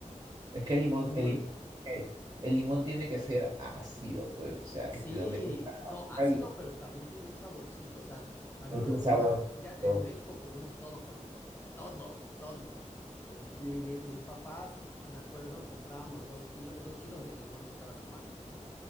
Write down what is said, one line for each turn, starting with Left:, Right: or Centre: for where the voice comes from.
Right: Es que el
Left: muy
Right: limón, el limón,
Left: rico. güey.
Right: el, el limón tiene que ser ácido, pues, o sea,
Left: Sí,
Right: que te lo metes a la
Left: no,
Right: boca
Left: ácido,
Right: y
Left: pero también tiene un saborcito. O sea, a
Right: con
Left: mí me
Right: su
Left: gusta,
Right: saborcito.
Left: ya en México comemos todo con limón, todo, todo. Y mi- mis papás, me acuerdo, comprábamos dos kilos, dos kilos de limones cada semana.